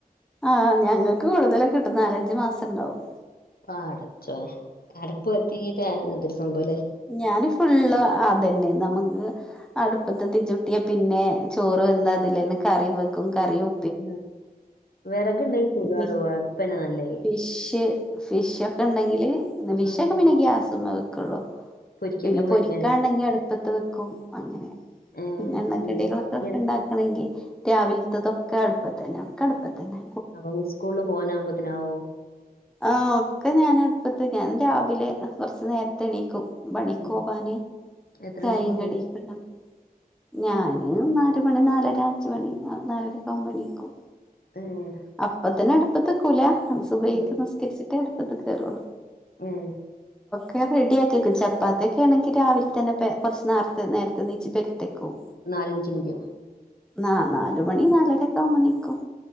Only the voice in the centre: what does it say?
ആഹ് ഞങ്ങൾക്ക് കൂടുതലൊക്കെ കിട്ടും നാല് അഞ്ച് മാസം ഉണ്ടാവും.
ഞാന് ഫുള്ള് അതന്നെ നമുക്ക്. അടുപ്പത്ത് തീ ചുട്ടിയാ പിന്നെ ചോറ് വെന്താ അതിലന്നെ കറി വെക്കും കറിയും
മി
ഫിഷ് ഫിഷ് ഒക്കെ ഉണ്ടെങ്കില് ഫിഷൊക്കെ
പിന്നെ ഗ്യാസുമ്മേ വെക്കുള്ളു.
പിന്നെ
പൊരിക്കാണ്ടെങ്കി
അടുപ്പത്ത് വെക്കും അങ്ങനെ
പിന്നെ എണ്ണക്കടികളൊക്കെ
ഉണ്ടാക്കും. ആണെങ്കിൽ രാവിലത്തെതൊക്കെ അടുപ്പത്ത് തന്നെ ഒക്കെ അടുപ്പത്ത് തന്നെ.
ആഹ് ഒക്കെ ഞാൻ അടുപ്പത്തെ ഞാൻ രാവിലെ കുറച്ചു നേരത്തെ എണീക്കും. പണിക്കു
പോവാന്
ചായോ
കടിയും ഒക്കെ ഉണ്ടാക്കണം. ഞാന് നാല് മണി നാല് അര അഞ്ച് മണി നാല് അരയ്ക്ക് മുമ്പ് എണിക്കും.
അപ്പ തന്നെ അടുപ്പത്ത് നീക്കൂല സുബയ്ക്ക്
നിസ്കരിച്ചിട്ടേ അടുപ്പത്ത്ക്ക് കയറുള്ളൂ.
ഒക്കെ റെഡി ആക്കി വയ്ക്കും ചപ്പാത്തിയ ഒക്കെ ആണെങ്കിൽ രാവിലെ തന്നെ കുറച്ച് നേരത്തെ നേരത്തെ എന്നീച്ച് പെരുത്തി വയ്ക്കും.
ന നാലുമണി നാല് അരയൊക്കെ ആവുമ്പോ എനിക്കും